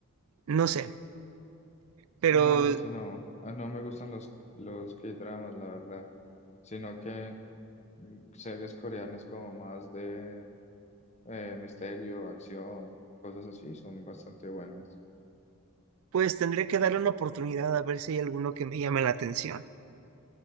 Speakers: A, on the right; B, on the left.
A: no sé. Pero
B: No, sí, no. Ah, no me gustan los, los K-dramas, la verdad. Sino que mm, series coreanas como más de eh, misterio, acción, cosas así, son bastante buenas.
A: pues tendré que darle una oportunidad a ver si hay alguno que me llame la atención.